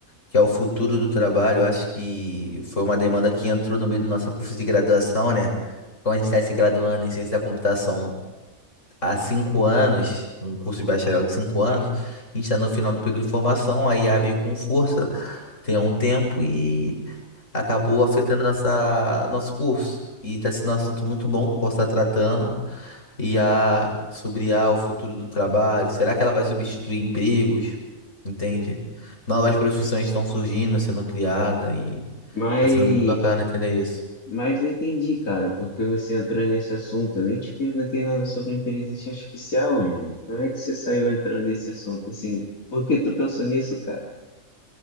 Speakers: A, on the left; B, on the left.
A: que é o futuro do trabalho. Eu acho que foi uma demanda que entrou no meio do nosso curso de graduação, né, quando a gente tá se graduando em ciência da computação. há cinco anos, um curso de bacharel de cinco anos, a gente está no final do período de formação, a IA veio com força, tem um tempo e acabou afetando nossa, nosso curso. E está sendo um assunto muito bom que eu posso estar tratando. IA, sobre I a o futuro do trabalho, será que ela vai substituir empregos? Entende? Novas profissões estão surgindo, sendo criadas e
B: Mas,
A: está sendo muito bacana entender isso.
B: mas não entendi, cara, porque você entrou nesse assunto. Eu nem te perguntei nada sobre inteligência artificial, Ângelo. Como é que você saiu entrando nesse assunto assim? Por que tu pensou nisso, cara?